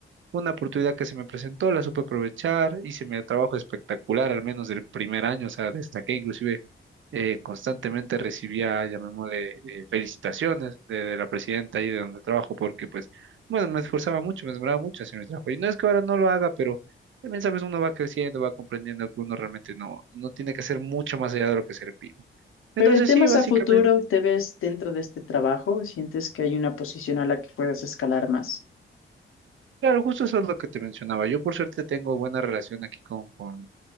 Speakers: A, on the right; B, on the left.
A: Fue una oportunidad que se me presentó, la supe aprovechar, hice mi trabajo espectacular, al menos del primer año, o sea, destaqué, inclusive eh, constantemente recibía, llamémosle, eh, felicitaciones de, de la presidenta ahí de donde trabajo, porque pues, bueno, me esforzaba mucho, me demoraba mucho hacer mi trabajo. Y no es que ahora no lo haga, pero también, sabes, uno va creciendo, va comprendiendo que uno realmente no, no tiene que hacer mucho más allá de lo que se le pide. Entonces,
B: Pero en temas
A: sí, básicamente,
B: a futuro, ¿te ves dentro de este trabajo? ¿Sientes que hay una posición a la que puedas escalar más?
A: claro, justo eso es lo que te mencionaba. Yo por suerte tengo buena relación aquí con, con